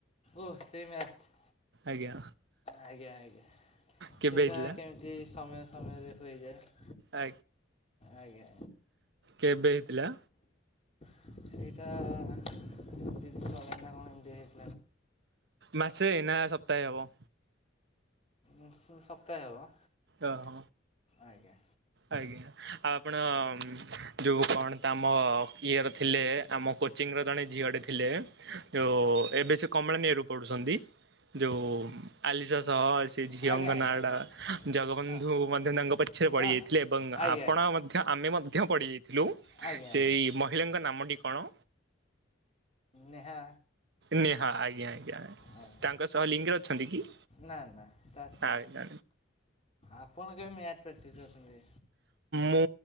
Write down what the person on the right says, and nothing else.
ଆଜ୍ଞା।
କେବେ
ହେଇଥିଲା?
ଆ
କେବେ ହେଇଥିଲା?
ମାସେ ନା ସପ୍ତାହେ ହବ?
ଅ ହ।
ଆଜ୍ଞା ଆଉ ଆପଣ ଯୋଉ କଣ ତମ ଇଏର ଥିଲେ ଆମ କୋଚିଂର ଜଣେ ଝିଅଟେ ଥିଲେ ଯୋଉ ଏବେ ସେ କମଳାନୀରୁ ପଡୁଛନ୍ତି ଯୋଉ ଆଲିସା ସହ ସେ
ଝିଅଙ୍କ
ନାଡା ଜଗବନ୍ଧୁ
ମଧ୍ୟ ତାଙ୍କ ପଛରେ ପଡି
ଯାଇ
ଏବଂ
ଆପଣ
ମଧ୍ୟ ଆମେ ମଧ୍ୟ ପଡିଯାଇଥିଲୁ
ସେଇ
ମହିଳାଙ୍କ ନାମ ଟି କଣ।
ନେହା ଆଜ୍ଞା ଆଜ୍ଞା
ତାଙ୍କ ସହ ଲିଙ୍ଗରେ ଅଛନ୍ତି କି?
ଆଜ୍ଞା
ମୁଁ